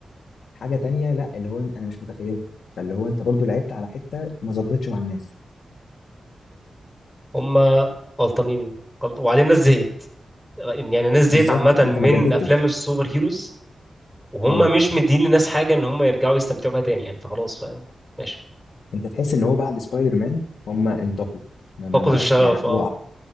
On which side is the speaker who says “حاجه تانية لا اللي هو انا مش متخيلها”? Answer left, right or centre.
Left